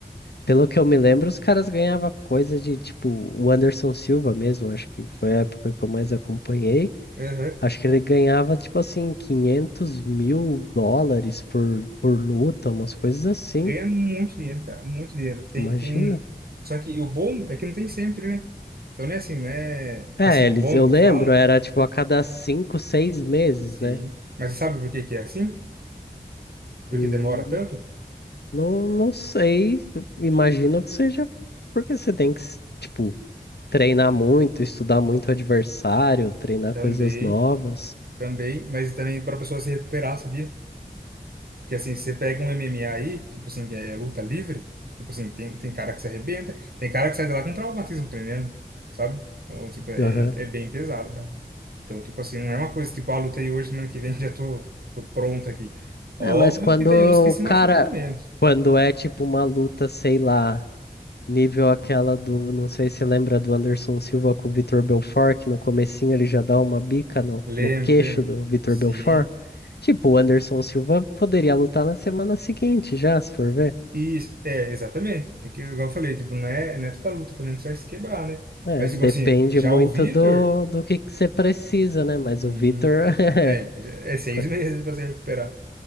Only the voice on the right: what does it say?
Aham.
Ganha muito dinheiro, cara, muito dinheiro. Tem,
tem... Só que o bom é que não tem sempre, né? Então, não é assim, né?
Assim,
o bom
que
eu falo,
sim.
Mas você sabe por que que é assim? Porque
demora tanto?
Também.
Também, mas também para a pessoa se recuperar, sabia? Porque assim, você pega um MMA aí, tipo assim, que é luta livre, tipo assim, tem, tem cara que se arrebenta, tem cara que sai de lá com traumatismo tremendo, sabe? Então, tipo, é,
é é bem pesado, cara. Então, tipo assim, não é uma coisa tipo, ah, lutei hoje, semana que vem <laughs> já tô, tô pronto aqui. Óbvio
que tem
uns que se
machucam menos.
Lembro,
lembro.
Sim.
Isso, é, exatamente. É que, igual eu falei, tipo, não é, não é toda luta também que você vai se quebrar, né?
Mas,
tipo assim, já
o Vitor.
Sim.
É, é seis
<laughs> meses para se recuperar.